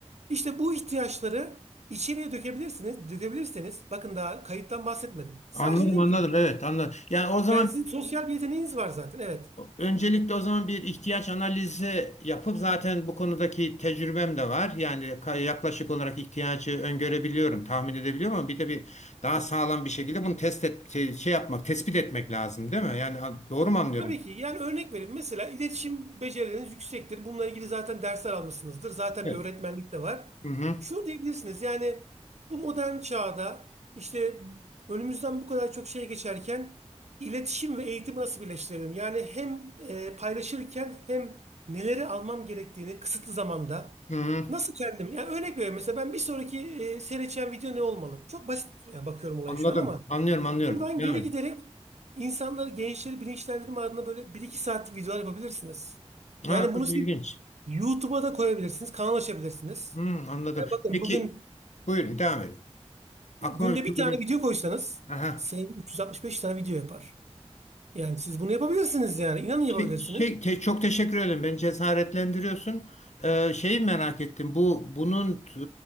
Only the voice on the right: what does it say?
İşte bu ihtiyaçları içeriye dökebilirsiniz. Dökebilirseniz bakın daha kayıttan bahsetmedim. Sadece
dedim
ki
yani sizin sosyal bir yeteneğiniz var zaten evet.
Tabii ki. Yani örnek vereyim. Mesela iletişim becerileriniz yüksektir. Bununla ilgili zaten dersler almışsınızdır. Zaten
bir öğretmenlik de var.
Şunu diyebilirsiniz. Yani bu modern çağda işte önümüzden bu kadar çok şey geçerken iletişim ve eğitimi nasıl birleştirelim? Yani hem e, paylaşırken hem neleri almam gerektiğini kısıtlı zamanda
nasıl kendim? Yani örnek veriyorum. Mesela ben bir sonraki e, seyredeceğim video ne olmalı? Çok basit yani bakıyorum olaya
şu an ama
Buradan
geri
giderek insanları, gençleri bilinçlendirme adına böyle bir iki saatlik videolar yapabilirsiniz. Yani
bunu siz
YouTube'a da koyabilirsiniz, kanal açabilirsiniz.
Yani bakın
bugün
günde
bir
tane video koysanız
senin 365 tane video yapar. Yani siz bunu yapabilirsiniz yani. İnanın yapabilirsiniz.